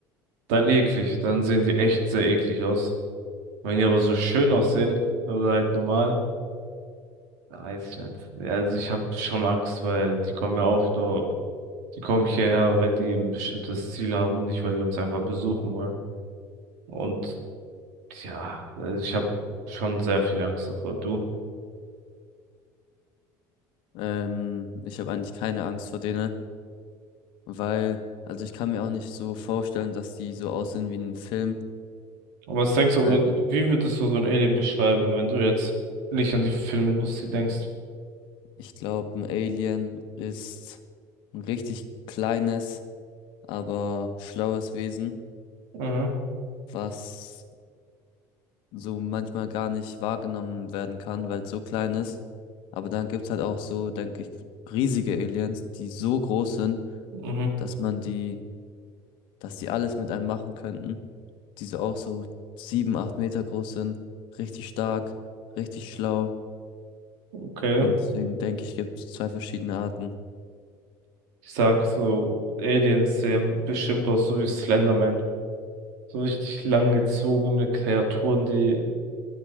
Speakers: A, on the right (about 85°); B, on the left (about 70°).
A: dann eklig. Dann sehen die echt sehr eklig aus. Wenn die aber so schön aussehen, oder halt normal, dann weiß ich nicht. Ja, Also ich habe schon Angst, weil die kommen ja auch nur, die kommen hierher, weil die ein bestimmtes Ziel haben und nicht, weil die uns einfach besuchen wollen. Und ja, also ich habe schon sehr viel Angst davor. Du.
B: Ähm, ich habe eigentlich keine Angst vor denen, weil, also ich kann mir auch nicht so vorstellen, dass die so aussehen wie in einem Film.
A: Aber was denkst du,
B: Weil
A: wie würdest du so ein Alien beschreiben, wenn du jetzt nicht an die Filmindustrie denkst?
B: ich glaube, ein Alien ist ein richtig kleines, aber schlaues Wesen,
A: Mhm,
B: was so manchmal gar nicht wahrgenommen werden kann, weil es so klein ist. Aber dann gibt's halt auch so, denke ich, riesige Aliens, die so groß sind,
A: mhm,
B: dass man die dass die alles mit einem machen könnten. Die so auch so sieben, acht Meter groß sind, richtig stark, richtig schlau.
A: okay.
B: Und deswegen denke ich, gibt es zwei verschiedene Arten.
A: Ich sag so, Aliens sehen bestimmt aus, so wie Slenderman. So richtig langgezogene Kreaturen, die